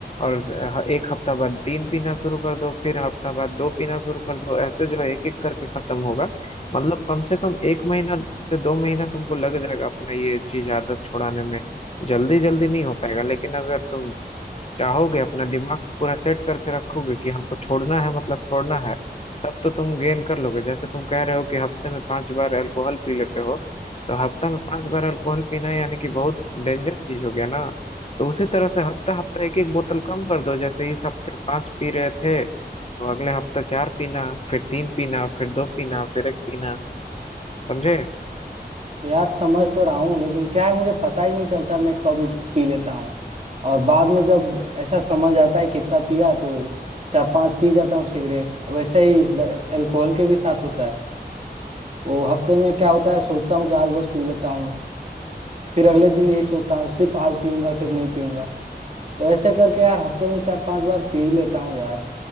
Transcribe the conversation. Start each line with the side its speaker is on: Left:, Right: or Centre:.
Left: और ह- एक हफ्ता बाद तीन पीना शुरू कर दो फिर हफ्ता बाद दो पीना शुरू कर दो ऐसे जो है एक एक करके खत्म होगा मतलब कम से कम एक महीना से दो महीना तुमको लग जाएगा अपना ये चीज आदत छुड़ाने में जल्दी जल्दी नहीं हो पाएगा लेकिन अगर तुम चाहोगे अपना दिमाग को पूरा सेट करके रखोगे कि हमको छोड़ना है मतलब छोड़ना है तब तो तुम गेन कर लोगे जैसे तुम कह रहे हो कि हफ्ते में पांच बार अल्कोहल पी लेते हो तो हफ्ता में पांच बार अल्कोहल पीना यानी कि बहुत डेंजर चीज हो गया ना तो उसी तरह से हफ्ता हफ्ता एक एक बोतल कम कर दो जैसे इस हफ्ते पांच पी रहे थे तो अगले हफ्ता चार पीना फिर तीन पीना फिर दो पीना फिर एक पीना समझे
Right: यार समझ तो रहा हूँ लेकिन क्या है मुझे पता ही नहीं चलता मैं कब इट- पी लेता हूँ और बाद में जब ऐसा समझ आता है कितना पिया तो चार पांच पी जाता हूँ सिगरेट वैसे ही द- अल्कोहल के भी साथ होता है वो हफ्ते में क्या होता है सोचता हूँ कि आज बस पी लेता हूँ फिर अगले दिन यही सोचता हूँ सिर्फ आज पीऊंगा फिर नहीं पीऊंगा तो ऐसे करके यार हफ्ते में चार पांच बार पी लेता हूँ यार